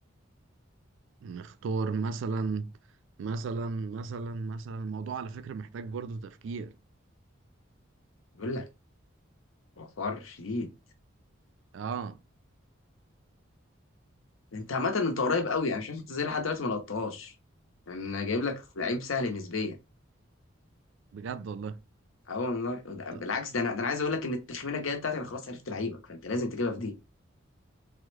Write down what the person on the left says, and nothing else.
بقول لك وفار شديد
انت عامة انت قريب قوي يعني شايف انت زي لحد دلوقتي ما لقطتهاش يعني انا جايب لك لعيب سهل نسبيا
اه والله وده-
بالعكس ده انا ده انا عايز اقول لك ان التخمينه الجايه بتاعتي انا خلاص عرفت لعيبك فانت لازم تجيبها في دي